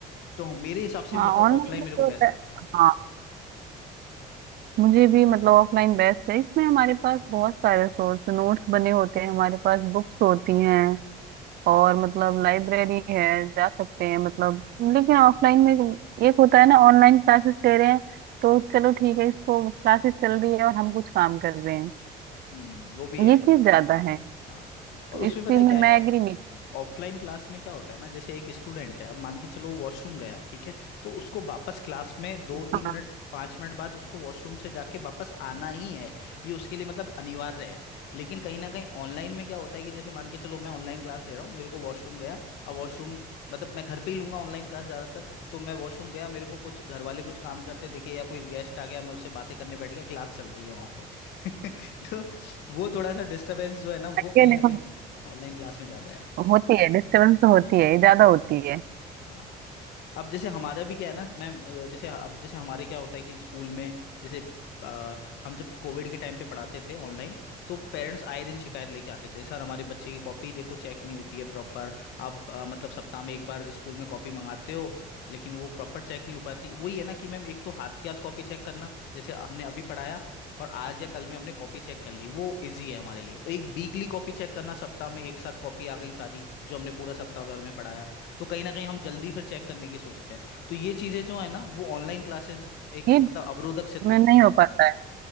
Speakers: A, on the left; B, on the right.
A: तो मेरे हिसाब से
B: हाँ
A: भी मतलब
B: ऑनलाइन
A: ऑफलाइन
B: में
A: मेरे को
B: जो होता
A: बेस्ट
B: है
A: लगता है
B: हाँ, मुझे भी मतलब ऑफलाइन बेस्ट है इसमें हमारे पास बहुत सारे सोर्स नोट्स बने होते हैं हमारे पास बुक्स होती हैं और मतलब लाइब्रेरी है जा सकते हैं मतलब लेकिन ऑफलाइन में एक होता है ना ऑनलाइन क्लासेस ले रहे हैं तो चलो ठीक है इसको क्लासेस चल रही है और हम कुछ काम कर रहे हैं
A: हम्म वो भी है
B: ये चीज ज्यादा है
A: हाँ और
B: तो
A: उसमें
B: इस चीज
A: पता है
B: में
A: क्या
B: मैं
A: है
B: एग्री नहीं
A: ऑफलाइन क्लास में क्या होता है ना जैसे एक स्टूडेंट है अब मान के चलो वॉशरूम गया ठीक है तो उसको वापस क्लास में दो
B: हाँ
A: तीन मिनट पांच मिनट बाद उसको वॉशरूम से जाके वापस आना ही है ये उसके लिए मतलब अनिवार्य है लेकिन कहीं ना कहीं ऑनलाइन में क्या होता है कि जैसे मान के चलो मैं ऑनलाइन क्लास ले रहा हूँ मेरे को वॉशरूम गया अब वॉशरूम मतलब मैं घर पे ही लूंगा ऑनलाइन क्लास ज्यादातर तो मैं वॉशरूम गया मेरे को कुछ घर वाले कुछ काम करते दिखे या कोई गेस्ट आ गया मैं उससे बातें करने बैठ गया क्लास चल रही है वहां पे <laughs> तो वो थोड़ा सा डिस्टरबेंस जो है ना वो
B: ये
A: कहीं ना
B: देखो
A: कहीं ऑनलाइन क्लास में ज्यादा है
B: होती है डिस्टर्बेंस तो होती है ये ज्यादा होती है
A: हाँ अब जैसे हमारा भी क्या है ना मैम अ, जैसे अब जैसे हमारे क्या होता है कि स्कूल में जैसे अ, हम जब कोविड के टाइम पे पढ़ाते थे ऑनलाइन तो पेरेंट्स आए दिन शिकायत लेके आते थे सर हमारे बच्चे की कॉपी देखो चेक नहीं होती है प्रॉपर आप अ, मतलब सप्ताह में एक बार स्कूल में कॉपी मंगाते हो लेकिन वो प्रॉपर चेक नहीं हो पाती वही है ना कि मैम एक तो हाथ के हाथ कॉपी चेक करना जैसे हमने अभी पढ़ाया और आज या कल में हमने कॉपी चेक कर ली वो इजी है हमारे लिए एक वीकली कॉपी चेक करना सप्ताह में एक साथ कॉपी आ गई सारी जो हमने पूरा सप्ताह भर में पढ़ाया तो कहीं ना कहीं हम जल्दी फिर चेक करने की सोचते हैं तो ये चीजें जो है ना वो ऑनलाइन क्लासेस एक
B: ये
A: मतलब अवरोधक सिद्ध
B: मैं
A: होती
B: नहीं
A: है इसमें
B: हो पाता है